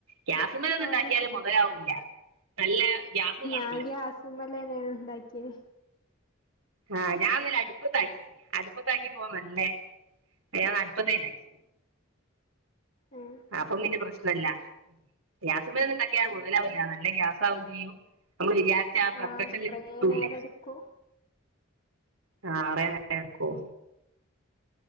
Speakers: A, on the right; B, on the left.
A: ഗ്യാസ്മ്മേലൊന്നും
B: അതന്നെ
A: ഉണ്ടാക്ക്യാല് മൊ തലാവൂല നല്ല ഗ്യാസ് കാണുല്ലോ
B: ഞാൻ ഗ്യാസ്മ്മെലെന്നേനു ഉണ്ടാക്ക്യേനേ
A: ആഹ് ഞാൻ ഇന്നലെ അടുപ്പത്താക്കി അടുപ്പത്താക്കി പ്പൊ നല്ലേ വേന്ന് അടുപ്പത്തെണ്ടാക്കി
B: ആഹ്
A: അപ്പൊ പിന്നെ പ്രശ്നല്ലാ ഗ്യാസ്മ്മലൊന്നും ണ്ടാക്ക്യ
B: ഉം
A: മൊതലാവൂല
B: ഉം
A: നല്ല ഗ്യാസാവും ചെയ്യും നമ്മള് വിജാ രിചാ ആ പെർഫക്ഷൻല്
B: ആഹ് കൊറേ
A: കിട്ടൂല്ല
B: നേരം എടുക്കും
A: ആ
B: ഉം
A: കുറേ
B: ഉം
A: നേരം എടുക്കും